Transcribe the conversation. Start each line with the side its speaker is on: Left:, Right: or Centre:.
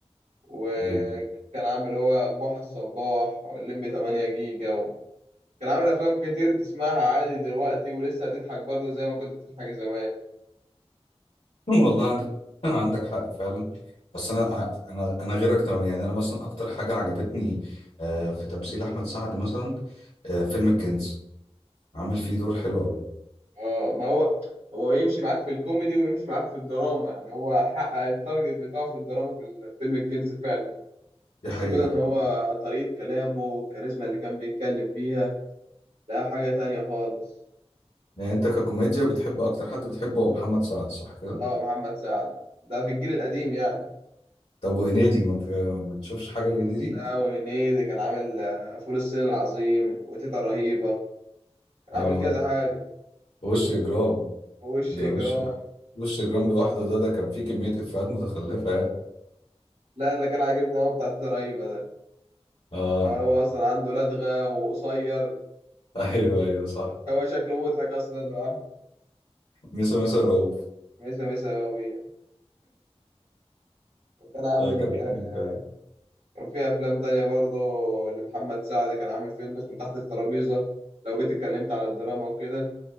Right: وكان
Left: ايوه
Right: عامل هو بوحة الصباح واللمبي 8 جيجا و... كان عامل أفلام كتير تسمعها عادي دلوقتي ولسه هتضحك برضه زي ما كنت بتضحك زمان
Left: <laughs> والله عندك <laughs> عندك حق فعلا بس انا انا انا غيرك تمام يعني انا مثلا اكتر حاجه عجبتني آه، في تمثيل احمد سعد مثلا آه، فيلم الكنز عامل فيه دور حلو قوي
Right: اه ما هو هو يمشي معاك في الكوميدي ويمشي معاك في الدراما يعني هو حقق التارجت بتاعه في الدراما في ال- في فيلم الكنز فعلا تحسه
Left: دي حقيقه
Right: كده ان
Left: فعلا
Right: هو طريقة كلامه والكاريزما اللي كان بيتكلم بيها لا حاجة تانية خالص
Left: يعني انت ككوميديا بتحب اكتر حد بتحبه هو محمد سعد صح كده
Right: اه محمد سعد ده في الجيل القديم يعني
Left: طب وهنيدي ما ب- ما بتشوفش حاجه لهنيدي
Right: لا وهنيدي كان عامل آه، فول الصين العظيم وتيتا رهيبة عامل
Left: اه
Right: كذا حاجة
Left: وش اجرام
Right: ووش
Left: ده وش
Right: جرام
Left: وش اجرام لوحده ده ده كان فيه كمية افيهات متخلفة يعني
Right: لا اللي كان عاجبني هو بتاع تيتا رهيبة ده
Left: اه
Right: هو أصلا عنده لدغة وقصير
Left: <laughs> ايوه ايوه صح
Right: هو شكله مضحك أصلا لوحده
Left: ميسو ميسو رؤوف
Right: ميسا ميسا وبيع وكان عامل
Left: ده كان حلو
Right: آه،
Left: فعلا.
Right: كان في أفلام تانية برضه لمحمد سعد كان عامل فيلم اسمه تحت الترابيزة لو جيت اتكلمت على الدراما وكده